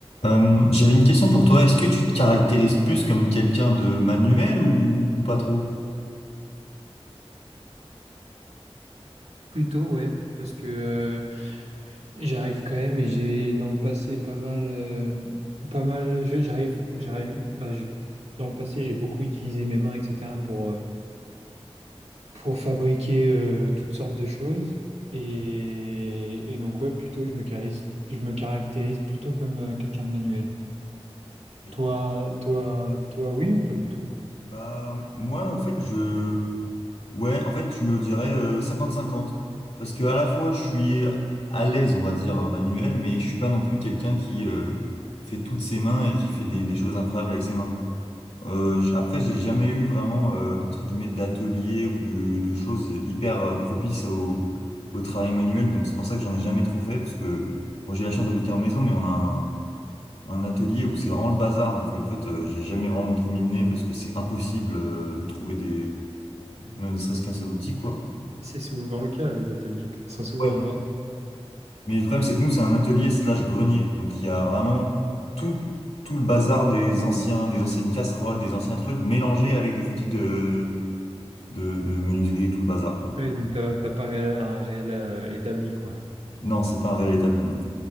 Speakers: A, on the left; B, on the right.
A: Euh, j'avais une question pour toi. Est-ce que tu te caractérises plus comme quelqu'un de manuel ou, ou pas trop?
B: Plutôt, ouais, parce que euh, j'arrive quand même et j'ai dans le passé pas mal, euh, pas mal, je- j'arrive, j'arrive, bah, je- dans le passé j'ai beaucoup utilisé mes mains, etc. pour, euh, pour fabriquer euh, toutes sortes de choses. Et, et donc, ouais, plutôt, je me caractérise, je me caractérise plutôt comme euh, quelqu'un de manuel.
A: Mais-
B: Toi, toi, toi, oui ou pas du tout?
A: bah, moi, en fait, je, ouais, en fait, je me dirais euh, cinquante 50 Parce que à la fois, je suis à l'aise, on va dire, manuel, mais je suis pas non plus quelqu'un qui euh, fait toutes ses mains et qui fait des, des choses incroyables avec ses mains. Euh, j- après, j'ai jamais eu vraiment, euh, entre guillemets, d'atelier ou de, de choses hyper euh, propices au, au travail manuel. Donc, c'est pour ça que j'en ai jamais trop fait, parce que bon, j'ai la chance d'habiter en maison, mais on a un, un atelier où c'est vraiment le bazar. Donc, euh, en fait, euh, j'ai jamais vraiment trop mis le nez parce que c'est impossible, euh, de trouver des, ne serait-ce qu'un seul outil, quoi.
B: C'est souvent le cas, les ateliers, ils sont souvent
A: Ouais.
B: en borne.
A: Mais le problème, c'est que nous, c'est un atelier slash grenier. Donc, il y a vraiment tout, tout le bazar des anciens, des anciennes casseroles, des anciens trucs mélangés avec des outils de, de, de menuiserie et tout le bazar, quoi.
B: Ouais, donc t'as t'as pas ré- un réel euh, établi, quoi.
A: Non, c'est pas un réel établi, non.